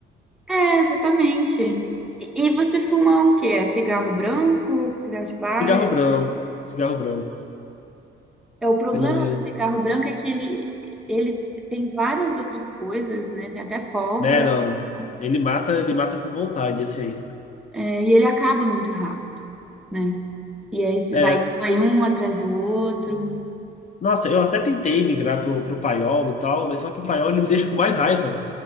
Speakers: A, in the centre; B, on the left.
A: É, exatamente. E, e você fuma o quê? É cigarro branco, cigarro de palha?
B: Cigarro branco, cigarro branco.
A: É, o problema
B: Ele não- é,
A: do cigarro branco é que ele, ele tem várias outras coisas, né? Tem até pólvora,
B: Né, não.
A: né?
B: Ele mata, ele mata com vontade esse aí.
A: é, e ele acaba muito rápido, né? E aí você
B: É,
A: vai, vai um atrás do outro.
B: Nossa, eu até tentei migrar pro, pro Paiol e tal, mas só que o Paiol ele me deixa com mais raiva.